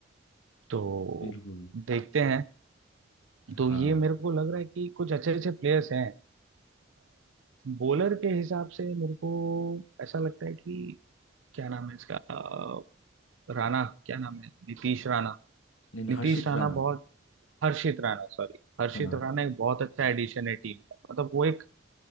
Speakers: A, on the right; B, on the left.
A: तो
B: बिल्कुल
A: देखते हैं तो
B: हाँ
A: ये मेरे को लग रहा है कि कुछ अच्छे अच्छे प्लेयर्स हैं बॉलर के हिसाब से मेरे को ऐसा लगता है कि क्या नाम है इसका अ, राणा क्या नाम है नीतीश राणा
B: नहीं
A: नीतीश
B: हर्षित
A: राणा
B: राणा
A: बहुत हर्षित राणा सॉरी हर्षित
B: हाँ
A: राणा एक बहुत अच्छा एडिशन है टीम का मतलब वो एक